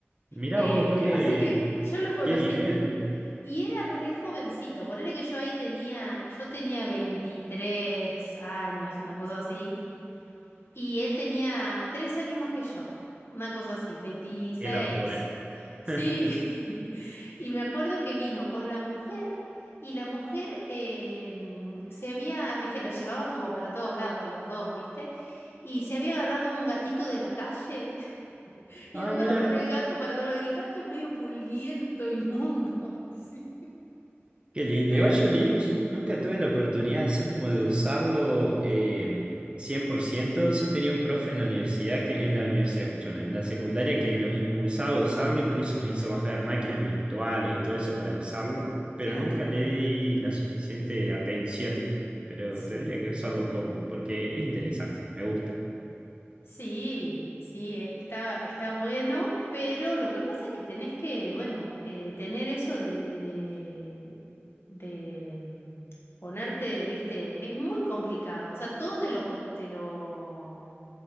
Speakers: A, on the right; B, on the left.
A: Mirá
B: Eh,
A: vos, qué,
B: así que yo lo conocí
A: qué nivel.
B: y era re jovencito. Ponele que yo ahí tenía, yo tenía 23 años, una cosa así. Y él tenía 3 años más que yo, una cosa así, veintiséis
A: Qué locura.
B: Sí.
A: <laughs>
B: <laughs> Y me acuerdo que vino con la mujer y la mujer eh, se había, viste, la llevaban como para todos lados a los dos, viste. Y se había agarrado un gatito de la calle <laughs> y
A: Ah,
B: andaba
A: mirá.
B: con el gato para todos lados. El gato medio pulguiento, inmundo. <laughs> Sí.
A: Qué lindo.
B: Pero
A: Igual yo Linux nunca tuve la oportunidad así como de usarlo eh, 100%. Sí tenía un profe en la universidad, que, en la universidad, escúchame, en la secundaria que nos impulsaba a usarlo, incluso nos hizo bajar máquinas virtuales y todo eso para usarlo, pero
B: Claro,
A: nunca le di la suficiente atención. Pero
B: sí.
A: tendría que usarlo un poco, porque es interesante, me gusta.
B: Sí, sí, eh, está, está bueno, pero lo que pasa es que tenés que, bueno, eh, tener eso de, de, de, de, mm, ponerte, viste, es muy complicado. O sea, todo te lo, co- te lo,